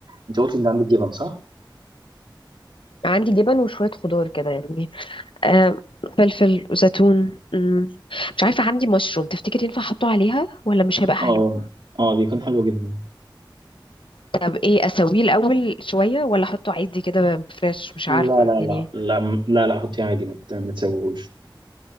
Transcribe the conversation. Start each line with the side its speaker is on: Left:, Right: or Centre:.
Right: انت قلتي ان عندك جبن صح؟
Left: عندي جبن وشوية خضار كده يعني آم، فلفل وزيتون مم، مش عارفة عندي مشروم تفتكر ينفع احطه عليها ولا مش هيبقى حلو
Right: اه اه بيكون حلو جدا
Left: طب ايه اسويه الاول شوية ولا احطه عادي كده فريش مش
Right: لا
Left: عارفة
Right: لا
Left: يعني
Right: لا لا م- لا لا حطيه عادي ما ت- ما تسويهوش